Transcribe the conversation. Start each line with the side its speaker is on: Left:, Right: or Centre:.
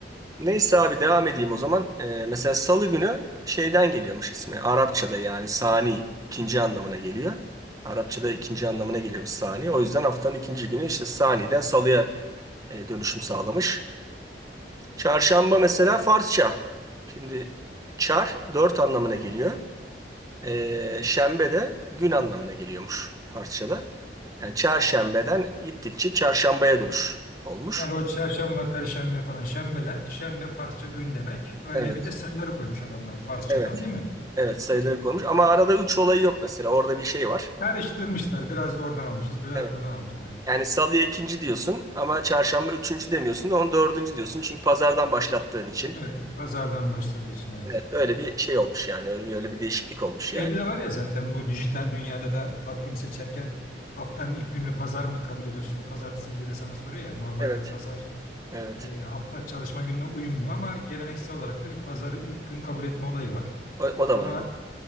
Right: Neyse abi devam edeyim o zaman. Ee, mesela Salı günü şeyden geliyormuş ismi. Arapçada yani sani ikinci anlamına geliyor. Arapçada ikinci anlamına geliyormuş sani. O yüzden haftanın ikinci günü işte saniden salıya e, dönüşüm sağlamış. Çarşamba mesela Farsça. Şimdi çar dört anlamına geliyor. Ee, şembe de gün anlamına geliyormuş Farsça'da. Yani çarşembeden gittikçe çarşambaya dönüş olmuş.
Left: Yani o çarşamba, perşembe falan şembeler. Şembe Farsça gün demek. Önüne
Right: Evet,
Left: bir de sayıları koymuş adamlar Farsçadan
Right: evet,
Left: değil mi?
Right: evet sayıları konmuş. Ama arada üç olayı yok mesela. Orada bir şey var.
Left: Karıştırmışlar. Biraz oradan almışız, biraz
Right: Evet.
Left: buradan almışız demek.
Right: Yani salıya ikinci diyorsun ama çarşamba üçüncü demiyorsun da onu dördüncü diyorsun. Çünkü pazardan başlattığın için.
Left: Evet, pazardan başladığı için evet.
Right: Evet, öyle bir şey olmuş yani. Öyle, öyle bir değişiklik olmuş yani.
Left: Şeyde de var ya zaten bu dijital dünyada da takvim seçerken haftanın ilk gününü pazar mı kabul ediyorsun, pazartesi mi diye de sana soruyor ya. Normalde
Right: Evet.
Left: pazar
Right: Evet.
Left: e, hafta çalışma gününe uymuyor ama geleneksel olarak da bir pazarı ilk gün kabul etme olayı var.
Right: O, o da
Left: Ama
Right: vardı.